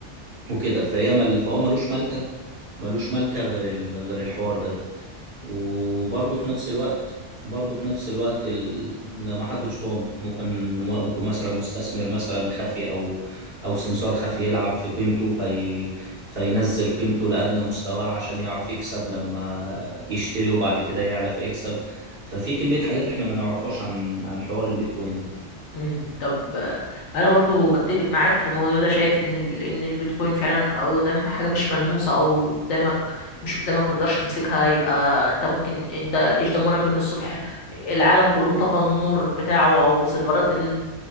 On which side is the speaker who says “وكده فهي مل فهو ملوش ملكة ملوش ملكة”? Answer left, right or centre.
Right